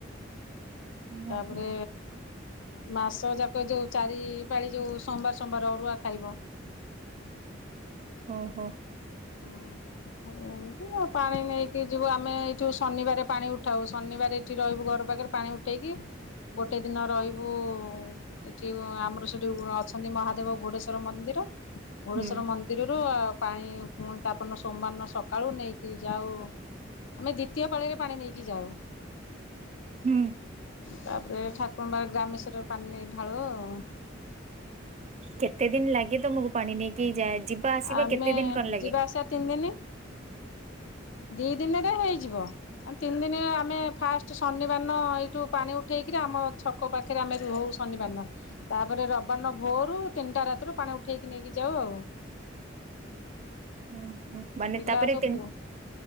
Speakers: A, on the left; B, on the right.
A: ତାପରେ
B: ଓହୋ
A: ମାସ ଯାକ ଯୋଉ ଚାରି ପାଳି ଯୋଉ ସୋମବାର ସୋମବାର ଅରୁଆ ଖାଇବ।
B: ଓ ହୋ।
A: ହୁଁ। ଆରେ ଏମିତି ଆଉ ପାଣି ନେଇକି ଯିବୁ ଆମେ ଏଇଠିୁ ଶନିବାର ପାଣି ଉଠାଉ ଶନିବାର ଏଇଠି ରହିବୁ ଘର ପାଖରେ ପାଣି ଉଠେଇକି ଗୋଟେ ଦିନ ରହିବୁ ଏଠି ଆମର ସେଠି ଅଛନ୍ତି ମହାଦେବ ଘୁଡେଶ୍ଵର ମନ୍ଦିର ଘୁଡେଶ୍ଵର
B: ହୁଁ
A: ମନ୍ଦିରରୁ ପାଣି ପୁଣି ତାପର ଦିନ ସୋମବାର ଦିନ ସକାଳୁ ନେଇକି ଯାଉ ଆମେ ଦ୍ଵିତୀୟ ପାଳିରେ ପାଣି ନେଇକି ଯାଉ।
B: ହୁଁ।
A: ତାପରେ ଠାକୁରଙ୍କ ପାଖେ ଗ୍ରାମେଶ୍ୱରରେ ପାଣି ନେଇକି ଢାଳୁ ଆଉ।
B: କେତେ ଦିନ ଲାଗେ ତମକୁ ପାଣି ନେଇକି ଯା ଯିବା ଆସିବା
A: ଆମେ
B: କେତେ ଦିନ କଣ ଲାଗେ?
A: ଯିବା ଆସିବା ତିନି ଦିନ ଦି ଦିନରେ ହେଇଯିବ ତିନି ଦିନରେ ଆମେ ଫାଷ୍ଟ ଶନି ନିବାର ଏଇଠୁ ପାଣି ଉଠେଇକ ଆମ ଛକ ପାଖରେ ଆମେ ରହୁ ଶନିବାରନ ତାପରେ ରବିବାରନ ଭୋରୁ ତିନିଟା ରାତିରୁ ପାଣି ଉଠେଇକି ନେଇକି ଯାଉ ଆଉ।
B: ହୁଁ। ମାନେ
A: ପିଲା
B: ତାପରେ
A: ସବୁ
B: ତିନ
A: ପୁଅ